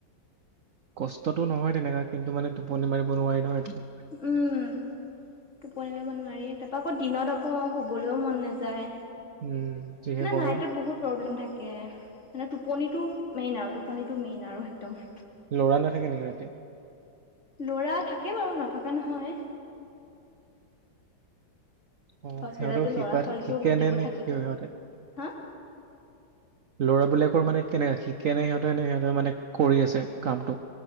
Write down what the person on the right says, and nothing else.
কষ্টতটো নহয় তেনেকা কিন্তু মানে টোপনি মাৰিব নোৱাৰি নহয় এই
উম যিহে
গৰম
ল'ৰা নাথাকে নেকি ৰাতি
অ
সিহঁতক শিকাত
শিকে
নে নে
কি হয়
সিহঁতে?
ল'ৰাবিলাকৰ মানে কেনে শিকে ন সিহঁতে নে সিহঁতে মানে কৰি আছে কামটো।